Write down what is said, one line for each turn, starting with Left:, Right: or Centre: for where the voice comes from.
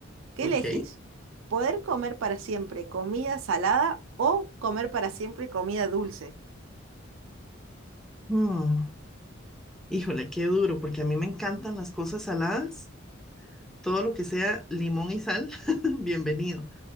Right: ¿Qué
Centre: ok.
Right: elegís? ¿Poder comer para siempre comida salada o comer para siempre comida dulce?
Centre: Mm, Híjole, qué duro, porque a mí me encantan las cosas saladas. Todo lo que sea limón y sal, <laughs> bienvenido.